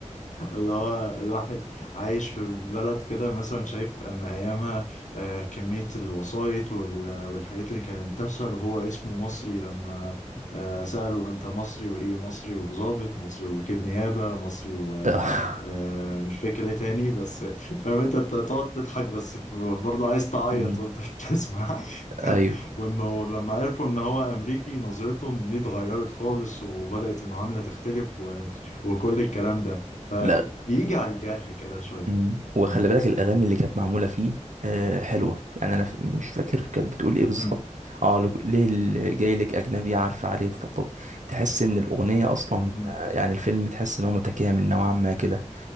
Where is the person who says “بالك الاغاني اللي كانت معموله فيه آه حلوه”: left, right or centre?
Right